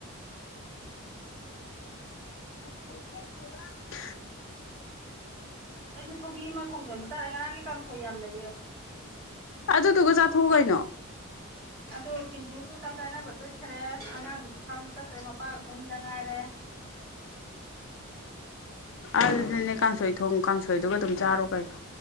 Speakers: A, on the left (about 60°); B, on the right (about 45°).
A: <inaudible>
B: ꯑꯩꯁꯦ ꯁꯧꯒ꯭ꯔꯤ ꯑꯃ ꯊꯣꯡꯖꯟꯕ ꯇꯥꯔꯦ ꯉꯔꯥꯡꯒꯤ ꯀꯥꯡꯁꯣꯏ ꯌꯥꯝ ꯂꯩꯌꯦ
A: ꯑꯗꯨꯗꯨꯒ ꯆꯥꯊꯣꯛꯎ ꯀꯩꯅꯣ
B: ꯑꯗꯨ ꯄꯤꯟꯇꯨꯁꯨ ꯆꯥꯛ ꯆꯥꯅꯕ ꯆꯠꯈ꯭ꯔꯦ ꯑꯉꯥꯡꯁꯨ ꯐꯥꯝꯗ ꯆꯠꯈ꯭ꯔꯦ ꯃꯄꯥꯒ ꯑꯍꯨꯝ ꯈꯛꯇ ꯉꯥꯏꯔꯦ
A: ꯑꯗꯨꯗꯤꯅꯦ ꯀꯥꯡꯁꯣꯏ ꯊꯣꯡ ꯀꯥꯡꯁꯣꯏꯗꯨꯒ ꯑꯗꯨꯝ ꯆꯥꯔꯣ ꯀꯩꯅꯣ